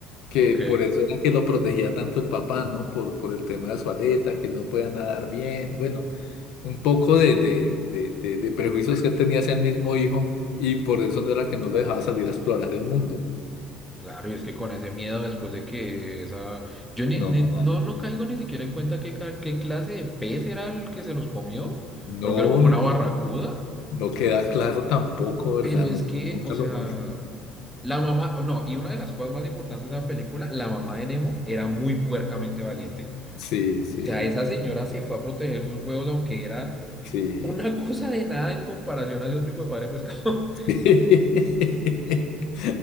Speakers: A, on the left; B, in the centre.
A: que
B: Ok.
A: por eso era que lo protegía tanto el papá, ¿no? Por, por el tema de su aleta, que él no podía nadar bien, bueno, un poco de, de, de, de, de prejuicios que él tenía hacia el mismo hijo y por eso no era que no lo dejaba salir a explorar el mundo.
B: Claro, y es que con ese miedo después de que esa... Yo ni,
A: No,
B: ni- no, no caigo ni siquiera en cuenta qué, ca- qué clase de pez era el que se los comió.
A: no,
B: Creo que era como
A: no.
B: una barracuda.
A: No queda claro tampoco, ¿verdad?
B: Pero es
A: No-
B: que,
A: nunca
B: o sea,
A: lo muestran.
B: la mamá... No, y una de las cosas más importantes de la película, la mamá de Nemo era muy puercamente valiente.
A: Sí, sí,
B: O sea, esa señora se fue a proteger sus huevos aunque era
A: sí.
B: una <laughs> cosa de nada en comparación a ese otro hijo de padre pescado.
A: <laughs>